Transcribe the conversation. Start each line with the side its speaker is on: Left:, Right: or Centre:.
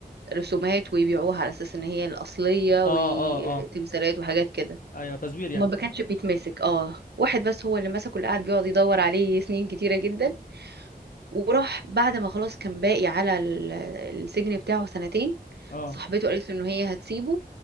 Right: رسومات ويبيعوها على اساس ان هي الاصلية
Left: اه
Right: وتمثالات
Left: اه اه
Right: وحاجات كده
Left: ايوه تزوير يعني
Right: وما كانش بيتمسك اه واحد بس هو اللي مسكه اللي قاعد بيقعد يدور عليه سنين كتيرة جدا وراح بعد ما خلاص كان باقي على ال- السجن بتاعه سنتين
Left: اه
Right: صاحبته قالت له ان هي هتسيبه